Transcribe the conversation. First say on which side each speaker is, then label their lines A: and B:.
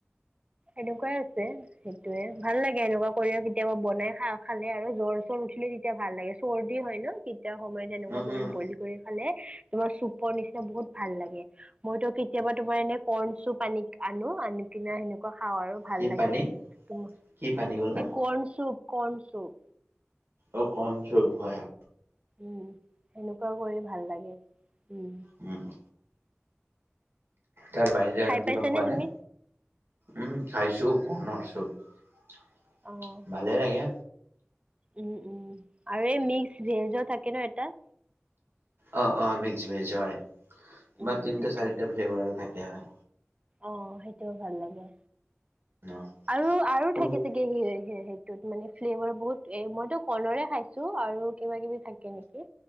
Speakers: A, on the right; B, on the right.
A: এনেকুৱাই আছে। সেইটোয়ে ভাল লাগে এনেকুৱা কৰি কেতিয়াবা বনাই খাই খালে আৰু জ্বৰ - চৰ উঠিলে তেতিয়া ভাল লাগে। চৰ্দি হয় ন কেতিয়া সময়ত এনেকুৱা
B: উম,
A: কৰি
B: উম,
A: ব্ৰইল কৰি খালে তোমাৰ চুপৰ নিচিনা বহুত ভাল লাগে। মইতো কেতিয়াবা তোমাৰ এনে কৰ্ণচুপ আনি আনো আনিকিনে সেনেকুৱা খাওঁ আৰু ভাল
B: কি
A: লাগে,
B: পানী
A: তোমাৰ
B: কি পানী ক'লা?
A: এই কণ চুপ - কণ চুপ।
B: অহ কণচুপ হয় হয়।
A: উম, সেনেকুৱাও কৰি ভাল লাগে উম।
B: উমহো, তাৰ বাহিৰে
A: খাই
B: আৰু
A: পাইছানে
B: কিবা খোৱা
A: তুমি
B: নে? উম চাইছো কণৰ চুপ।
A: অঁহ।
B: ভালে লাগে।
A: উম উম আৰু এই মিক্স ভেজো থাকে ন এটা?
B: অঁহ অঁহ মিক্স ভেজ হয়,
A: উম
B: বাত তিনিটা
A: সেইটো
B: - চাৰিটা ফ্লেভাৰো থাকে হয়।
A: অহ সেইটোও ভাল লাগে
B: ন'
A: আৰু - আৰু
B: কোনটো
A: থাকি যে হে হে সেইটোত মানে ফ্লেভাৰ বহুত এ মইতো কৰ্ণৰে খাইছো আৰু কিবা - কিবি থাকে নেকি?